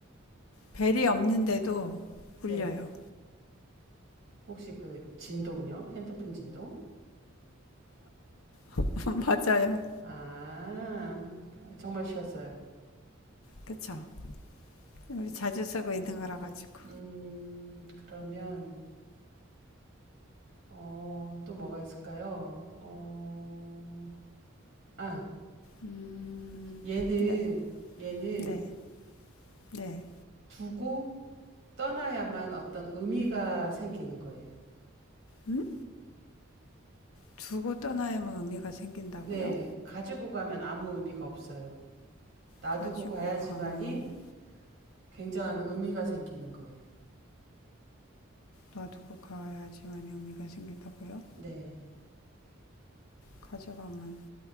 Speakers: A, on the left; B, on the right.
A: 벨이 없는데도
B: 네.
A: 울려요.
B: 혹시 그 진동요? 핸드폰 진동?
A: <laughs> 맞아요.
B: 아, 정말 쉬웠어요.
A: 그쵸? 우리 자주 쓰고 있는 거라 가지고.
B: 음, 그러면, 어, 또 뭐가 있을까요? 어, 아,
A: 음,
B: 얘는,
A: 네.
B: 얘는
A: 네, 네.
B: 두고 떠나야만 어떤 의미가 생기는 거예요.
A: 음? 두고 떠나야만 의미가 생긴다고요?
B: 네, 가지고 가면 아무 의미가 없어요. 놔두고
A: 가지고
B: 가야지만이
A: 가면
B: 굉장한 의미가 생기는 거예요.
A: 놔두고 가야지만 의미가 생긴다고요?
B: 네,
A: 가져가면